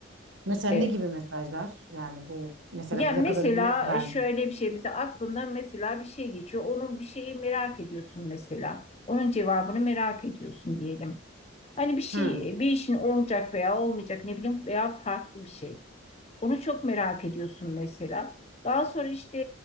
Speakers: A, on the right (about 65°); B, on the left (about 30°).
A: Mesela
B: E,
A: ne gibi mesajlar? Yani bu mesela
B: yani
A: plakadan
B: mesela
A: örnek verdim.
B: şöyle bir şey, mesela aklından mesela bir şey geçiyor. Onun bir şeyi merak ediyorsun mesela. Onun cevabını merak ediyorsun diyelim. Hani bir şey,
A: Hı.
B: bir işin olacak veya olmayacak ne bileyim veya farklı bir şey. Onu çok merak ediyorsun mesela. Daha sonra işte